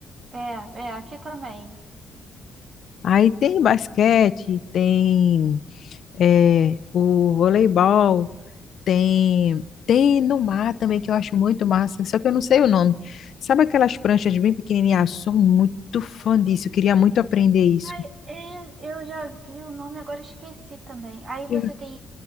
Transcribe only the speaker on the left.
Aí tem basquete, tem é, o voleibol, tem, tem no mar também, que eu acho muito massa, só que eu não sei o nome. Sabe aquelas pranchas bem pequenininhas? Eu sou muito fã disso, eu queria muito aprender isso.
Eu-